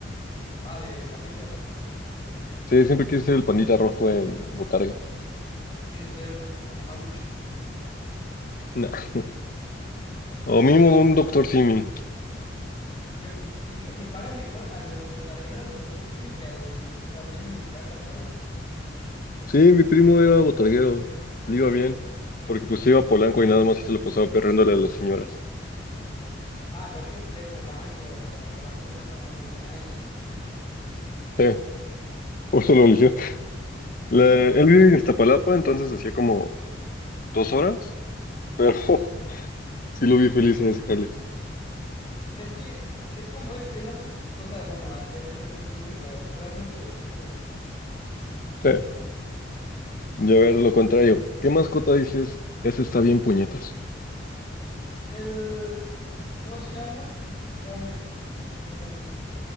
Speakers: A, on the left (about 25°); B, on the left (about 50°).
A: Ah, de panditas.
B: Sí, siempre quise ser el pandita rojo en botarga.
A: Lo quise ser mamá lucha.
B: Nah. O mínimo de un doctor Simi.
A: Yo, de hecho, le pagan mejor al botarguero del doctor Simi que a los que está- atienden en caja, ¿sabes?
B: Sí, mi primo era botarguero, le
A: Sí,
B: iba bien, porque pues iba a Polanco y nada más se le pasaba perréndole a las señoras.
A: Ah, pero es que ve Polanco, o sea, Polanco es una zona muy nice.
B: Sí, por eso lo eligió.
A: Sí,
B: La- él vive en Iztapalapa, entonces hacía como dos horas, pero <laughs> sí lo vi feliz en ese jale.
A: es que es como este, no sé, o sea, bueno, es- en ese es mucho, pero realmente lo disfrutas.
B: Sí. Y a ver, lo contrario, ¿qué mascota dices? Ese está bien puñetas.
A: El, ¿cómo se llama? Espérame, espérame.